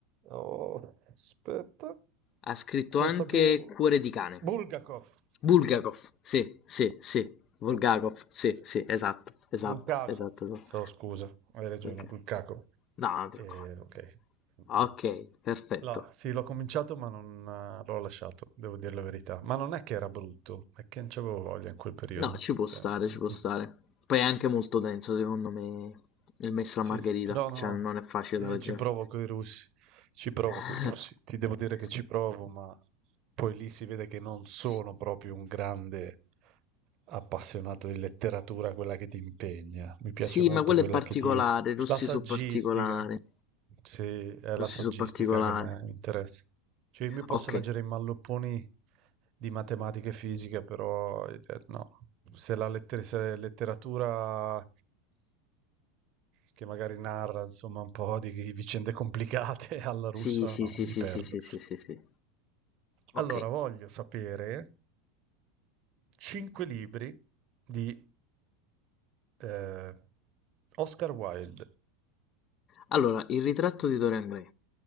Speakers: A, on the right; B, on the left.
A: Oh, aspetta.
B: Ha scritto anche
A: Lo sapevo.
B: "Cuore di cane",
A: Bulgakov.
B: "Bulgakov", sì, sì, sì, Bulgakov,
A: Sì.
B: sì,
A: Sì, sì,
B: sì,
A: sì,
B: esatto,
A: sì.
B: esatto,
A: Bulcaco.
B: esatto, esatto.
A: So, scusa, hai ragione,
B: Okay.
A: Bulcaco.
B: No, non ti
A: Eh,
B: preoccupare.
A: ok. Mhm.
B: Ok, perfetto.
A: No, sì, l'ho cominciato ma non eh, l'ho lasciato, devo dire la verità. Ma non è che era brutto, è che non c'avevo voglia in quel periodo.
B: No, ci può
A: Cioè,
B: stare,
A: mm,
B: ci può stare.
A: mm.
B: Poi è anche molto denso, secondo me, il Maestro
A: Sì,
B: e la Margherita,
A: però no,
B: cioè non è facile da
A: io
B: leggere.
A: ci provo coi russi, ci provo
B: <laughs>
A: coi russi. Ti devo dire che ci provo, ma poi lì si vede che non sono
B: Sì.
A: proprio un grande... appassionato di letteratura quella che ti impegna. Mi piace
B: Sì,
A: molto
B: ma quello
A: quella
B: è particolare,
A: che ti...
B: rossi
A: La saggistica.
B: su particolare.
A: Sì, è
B: Rossi
A: la saggistica
B: su particolare.
A: che mi mi interessa. Cioè, io mi posso
B: Ok.
A: leggere i mallopponi di matematica e fisica, però eh, no. Se la letter- se letteratura che magari narra, insomma, un po' di vicende complicate <laughs> alla
B: Sì,
A: russa,
B: sì,
A: no,
B: sì,
A: mi
B: sì,
A: perdo.
B: sì, sì, sì, sì, sì. Ok.
A: Allora, voglio sapere cinque libri di Ehm, Oscar Wilde,
B: Allora, il ritratto di Dorian Gray.